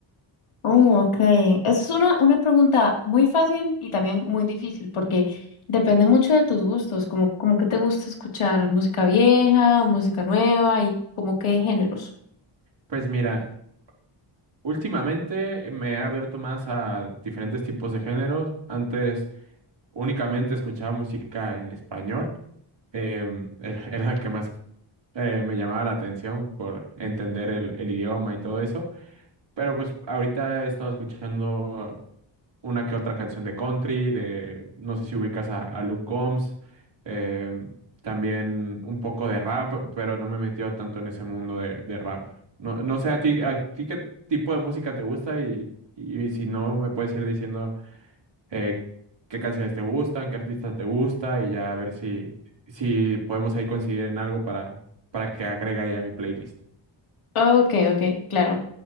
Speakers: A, on the left; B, on the right.
A: Oh, ok. Esa es una, una pregunta muy fácil y también muy difícil porque depende mucho de tus gustos, como, como que te gusta escuchar música vieja, música nueva y como qué géneros.
B: Pues mira, últimamente me he abierto más a diferentes tipos de géneros. Antes... únicamente escuchaba música en español. em, <laughs> era era la que más eh, me llamaba la atención por entender el, el idioma y todo eso. Pero pues ahorita he estado escuchando una que otra canción de country, de no sé si ubicas a, a Luke Combs, em, también un poco de rap, pero no me he metido tanto en ese mundo de, de rap. No, no sé a ti, a ti qué tipo de música te gusta y, y si no me puedes ir diciendo eh, qué canciones te gustan, qué artistas te gusta y ya a ver si, si podemos ahí coincidir en algo para, para que agregue ahí a mi playlist.
A: Ok, ok, claro.